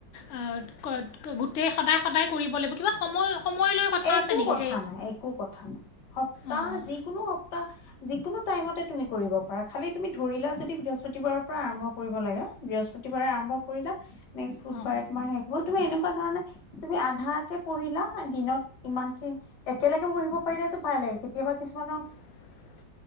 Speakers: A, on the left (about 80°); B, on the left (about 65°).
A: আ গ গোটেই সদায় সদায় কৰিব লাগিব কিবা সময় সময় লৈ কথা
B: একো
A: আছে নেকি
B: কথা
A: যে
B: নাই একো কথা নাই, সপ্তাহ
A: অঁ
B: যিকোনো সপ্তাহ যিকোনো টাইমতে তুমি কৰিব পাৰা, খালি তুমি ধৰিলা যদি বৃহস্পতিবাৰৰ পৰা আৰম্ভ কৰিব লাগে বৃহস্পতিবাৰে আৰম্ভ কৰিলা, নেক্স বুধবাৰে
A: অঁ
B: তোমাৰ শে মোৰ তুমি এনেকুৱা ধৰণে তুমি আধাকে পঢ়িলা, দিনত ইমানখিনি একেলগে পঢ়িব পাৰিলেটো ভাল লাগে কেতিয়াবা কিছুমানৰ
A: <inaudible>